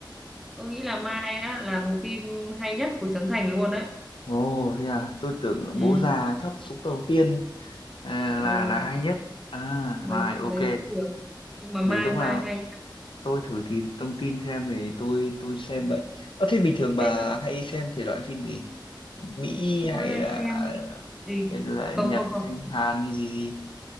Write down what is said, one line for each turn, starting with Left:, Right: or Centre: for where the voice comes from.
Centre: tôi nghĩ là Mai á là bộ phim hay nhất của Trấn Thành luôn đấy
Left: Ồ, thế à, tôi tưởng
Centre: ừ,
Left: bố già phát súng đầu tiên à,
Centre: ừ,
Left: là là hay nhất. À,
Centre: mấy
Left: rồi,
Centre: phim
Left: ok.
Centre: đấy cũng được nhưng mà Mai
Left: Để lúc
Centre: Mai
Left: nào
Centre: hay nha.
Left: tôi thử tìm thông tin xem để tôi tôi xem vậy. Ờ, thế bình thường
Centre: bây
Left: bà
Centre: giờ
Left: hay xem thể loại phim gì? Mỹ hay
Centre: tôi hay
Left: là
Centre: xem đi
Left: hay là
Centre: không
Left: Nhật
Centre: không không
Left: hay Hàn hay gì gì?